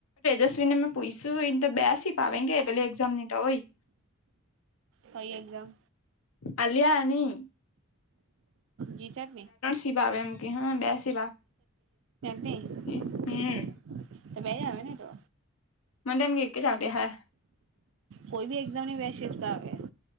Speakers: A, on the left; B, on the right.
A: એજસ્વી ને મેં પૂછશું એ તો બેસીપાવ કે પેલી એક્ઝામ ની તો હોય.
B: કઈ એક્ઝામ
A: અલિયાની.
B: જીસાટ
A: સીપ આવે એમ કે હા બે સીપ
B: ને <unintelligible>
A: આવે હમ
B: તો બેયઆવેને તો
A: મને તો એમ કે એક જ આવતી હે
B: કોઈ બી એકદમની વસીતા આવે